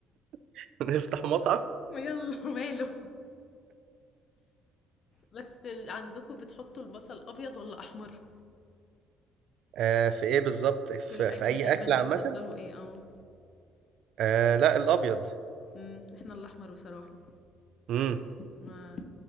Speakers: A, on the right (about 55°); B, on the left (about 40°).
A: <laughs> نفتح مطعم
B: ويلا <laughs> ماله بس ال- عندكم بتحطوا البصل ابيض ولا احمر
A: آه في ايه بالظبط في,
B: في الاكل
A: في اي
B: غالبا
A: اكل
B: بتفضلوا
A: عامه
B: ايه اه
A: آه لا الابيض
B: امم احنا الاحمر بصراحه
A: إمم.
B: ما